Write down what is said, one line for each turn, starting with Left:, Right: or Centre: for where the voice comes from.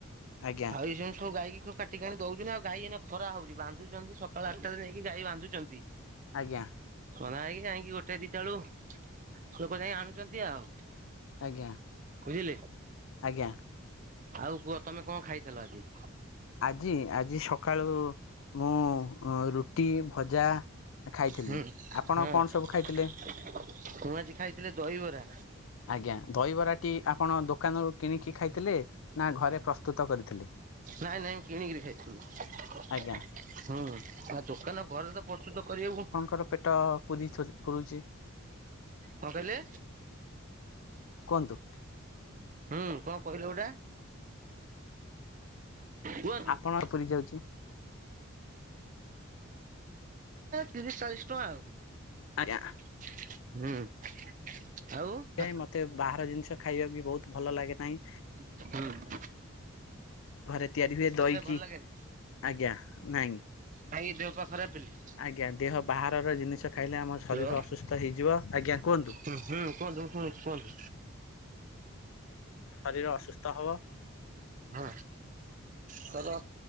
Left: ଆଜ୍ଞା।
Right: ଆଉ ଏଇସୁ ସବୁ ଗାଇଈ କାଟିଣି ଦଉୁି ଆଉ ଗାଈ ଏ ଖରା ହଉଛି ବାନ୍ଧୁଛନ୍ତି ସକାଳ ଆଠଟାରେ ନେଇକି ଗାଈ ବାନ୍ଧୁଛନ୍ତି।
Left: ଆଜ୍ଞା।
Right: ଖରା ହେଇକି ଯାଇକି ଗୋଟେ ଦିଇଟା ବୋଲୁ ଲୋକ ଯାଇକି ଆଣୁଛନ୍ତି ଆଉ?
Left: ଆଜ୍ଞା।
Right: ବୁଝିଲେ
Left: ଆଜ୍ଞା।
Right: ଆଉ କୁହ ତମେ କଣ ଖାଇଥିଲ ଆଜି।
Left: ଆଜି ଆଜି ସକାଳୁ ମୁଁ ରୁଟି ଭଜା? ଖାଇଥିଲି
Right: ହୁଁ
Left: ଆପଣ
Right: ହଁ
Left: କଣ
Right: ମୁଁ
Left: ସବୁ ଖାଇଥିଲେ
Right: ଆଜି ଖାଇଥିଲି ଦହିବରା।
Left: ଆଜ୍ଞା ଦହିବରାଟି ଆପଣ ଦୋକାନରୁ କିଣିକି ଖାଇଥିଲେ ନା ଘରେ ପ୍ରସ୍ତୁତ କରିଥିଲେ।
Right: ନାଇଁ ନାଇଁ ମୁ କିଣିକରି ଖାଇଥିଲୁ।
Left: ଆଜ୍ଞା
Right: ହୁଁ ଆ ଦୋକାନ ଘରେ ତ ପ୍ରସ୍ତୁତ କରିବାକୁ
Left: ଆପଣଙ୍କର ପେଟ ପୁରି ପୁରୁଛି
Right: କଁଣ କହିଲେ
Left: କୁହନ୍ତୁ
Right: ହୁଁ କଣ କହିଲେ ଗୋଟା କୁହନ୍ତୁ
Left: ଆପଣ
Right: ଏ
Left: ପୁରି ଯାଉଛି
Right: ତିରିଶ ଚାଳିଶ ଟଙ୍କା ଆଉ
Left: ଆଜ୍ଞା।
Right: ହୁଁ। ଆଉ ହୁଁ
Left: ସେଥିପାଇଁ ମୋତେ ବାହାର ଜିନିଷ ଖାଇବା ବି ବହୁତ ଭଲ ଲାଗେ ନାହିଁ।
Right: ହଁ।
Left: ଘରେ ତିଆରି ହୁଏ ଦହିକି
Right: ଖାଇବା ଭଲ ଲାଗେନି
Left: ଆଜ୍ଞା ନାଇଁ
Right: ଖାଏକି ଦେପ ଖରାପ ବୋଲି।
Left: ଆଜ୍ଞା ଦେହ ବାହାରର ଜିନିଷ ଖାଇଲେ ଆମ ଶରୀର
Right: ହ୍ୟାଲୋ
Left: ଅସୁସ୍ଥ ହେଇଯିବ ଆଜ୍ଞା କୁହନ୍ତୁ?
Right: ହୁଁ ହୁଁ କୁହନ୍ତୁ ମୁଁ ଶୁଣୁଛି କୁହନ୍ତୁ
Left: ଶରୀର ଅସୁସ୍ଥ ହେବ।
Right: ହଁ ତର